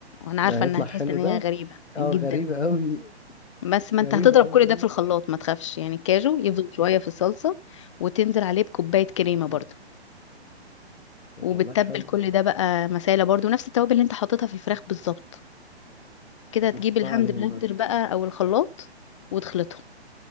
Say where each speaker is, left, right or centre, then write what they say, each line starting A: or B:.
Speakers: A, on the left; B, on the left.
A: انا عارفه
B: ده هيطلع
A: انها هتحس
B: حلو
A: ان
B: ده
A: هي غريبه
B: اه
A: جدا
B: غريبة أوي
A: بس ما انت
B: غريبة
A: هتضرب
B: أوي
A: كل ده
B: أوي
A: في الخلاط ما تخافش يعني الكاجو يفضل شويه في الصلصه وتنزل عليه بكوبايه كريمه برضو
B: مم. طيب
A: وبتتبل
B: والله حلو
A: كل ده بقى مسالة برضو نفس التوابل اللي انت حاططها في الفراخ بالظبط كده تجيب
B: نحطها
A: الهاند
B: عليهم
A: بلندر
B: برضه
A: بقى او الخلاط وتخلطهم